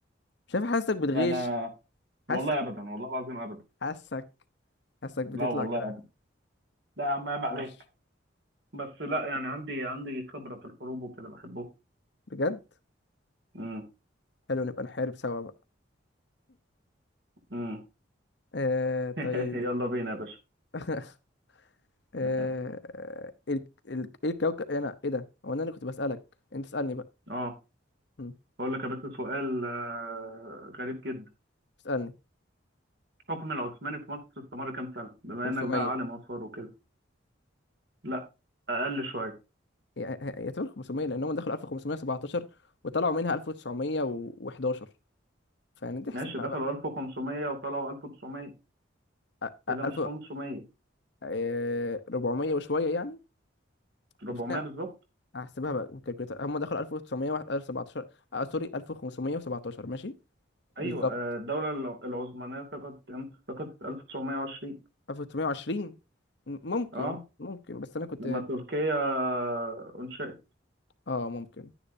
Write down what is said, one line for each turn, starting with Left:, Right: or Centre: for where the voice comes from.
Left: شايف حاسك بتغش
Right: لا، انا والله
Left: حاسك
Right: ابدا والله العظيم ابدا
Left: حاسك حاسك بتطلع
Right: لا والله
Left: كده
Right: ابدا لا يا عم عيب عليك
Left: ماشي
Right: بس لا يعني عندي عندي خبرة في الحروب وكده بحبه
Left: بجد
Right: امم
Left: حلو نبقى نحارب سوا بقى
Right: امم
Left: آه
Right: <laughs>
Left: طيب
Right: يلا بينا يا باشا
Left: <laughs> آه
Right: <laughs>
Left: ال- ال- ايه الكوكب إيه انا ايه ده هو انا اللي كنت بسألك انت اسألني بقى
Right: اه
Left: مم.
Right: اقول لك يا باشا سؤال آه، غريب جدا
Left: اسألني
Right: الحكم العثماني في مصر استمر كام سنة بما
Left: 500
Right: إنك بقى عالم آثار وكده لا أقل شوية
Left: يع- يعتبر 500 لانهم دخلوا 1517 وطلعوا منها 1911 فيعني انت احسبها
Right: ماشي دخلوا
Left: بقى
Right: 1500 وطلعوا 1900
Left: أ-
Right: كده
Left: أ-
Right: مش
Left: 1000
Right: 500
Left: آه، 400 وشوية يعني
Right: 400
Left: طب استنى
Right: بالظبط
Left: هحسبها بقى بالكالكوليتر هم دخلوا 1917 آه سوري 1517 ماشي
Right: أيوة
Left: بالظبط
Right: آه، الدولة الع- العثمانية سقطت إمتى؟ سقطت 1920
Left: 1920 م- ممكن
Right: أه
Left: ممكن بس انا كنت
Right: لما تركيا أنشئت
Left: اه ممكن